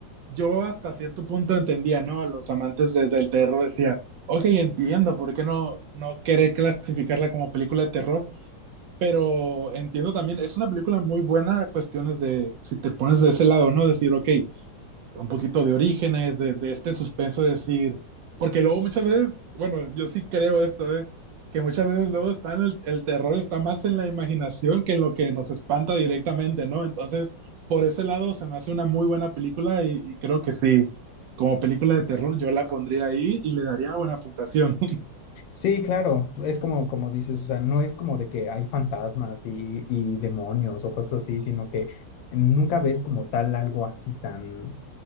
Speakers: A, on the right (about 75°); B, on the left (about 80°).
A: yo hasta cierto punto entendía, ¿no? A los amantes de- del terror decía, ok, entiendo por qué no, no querer clasificarla como película de terror, pero entiendo también, es una película muy buena a cuestiones de, si te pones de ese lado, ¿no? Decir, ok, un poquito de orígenes, de, de, este suspenso de decir, porque luego muchas veces, bueno, yo sí creo esto, ¿eh? que muchas veces luego está en el, el, terror está más en la imaginación que en lo que nos espanta directamente, ¿no? Entonces, por ese lado se me hace una muy buena película y, y creo que sí, como película de terror yo la pondría ahí y le daría buena puntuación.
B: Sí, claro, es como, como dices, o sea, no es como de que hay fantasmas y, y demonios o cosas así, sino que nunca ves como tal algo así tan,